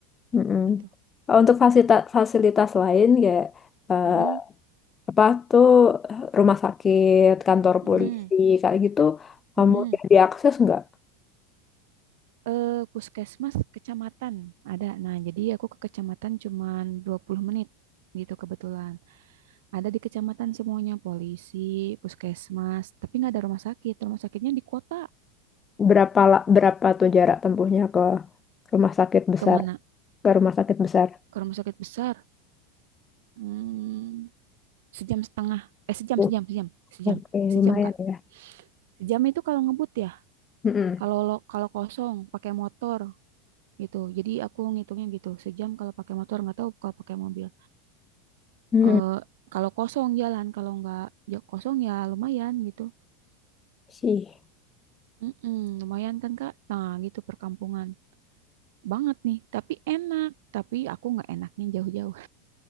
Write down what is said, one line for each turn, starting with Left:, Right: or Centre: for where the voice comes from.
Left: mm-mm.
Right: gitu.
Left: Kalau untuk fasilitas fasilitas lain kayak eh,
Right: Mm-mm,
Left: apa tuh rumah sakit, kantor
Right: mm-mm,
Left: polisi kayak gitu
Right: mm-mm.
Left: eh, mudah diakses nggak?
Right: Eh, puskesmas kecamatan ada. Nah, jadi aku ke kecamatan cuman 20 menit gitu kebetulan. Ada di kecamatan semuanya polisi, puskesmas, tapi nggak ada rumah sakit. Rumah sakitnya di kota.
Left: Berapa la- berapa tuh jarak tempuhnya ke rumah sakit besar
Right: Kemana?
Left: ke rumah sakit besar?
Right: Ke rumah sakit besar. Hmm, sejam setengah. Eh sejam
Left: Oh,
Right: sejam sejam sejam
Left: Oke,
Right: sejam
Left: lumayan
Right: Kak.
Left: ya.
Right: Sejam itu kalau ngebut ya.
Left: Mm-mm.
Right: Kalau lo- kalau kosong pakai motor gitu. Jadi aku ngitungnya gitu. Sejam kalau pakai motor nggak tahu kalau pakai mobil.
Left: Mm,
Right: Eh kalau kosong jalan kalau nggak ya kosong ya lumayan gitu.
Left: Sih,
Right: Mm-mm, lumayan kan Kak. Nah gitu perkampungan banget nih. Tapi enak. Tapi aku nggak enaknya jauh-jauh